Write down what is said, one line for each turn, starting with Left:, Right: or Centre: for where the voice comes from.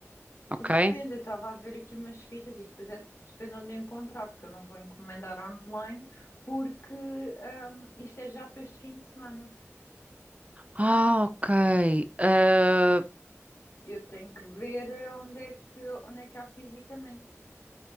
Right: ok?
Left: Porque depende, eu estava a ver aqui umas fitas e depois é, depende onde encontrar, porque eu não vou encomendar online, porque hum, isto é já para este fim de semana.
Right: Ah, ok. Ah,
Left: Eu tenho que ver onde é que, onde é que há fisicamente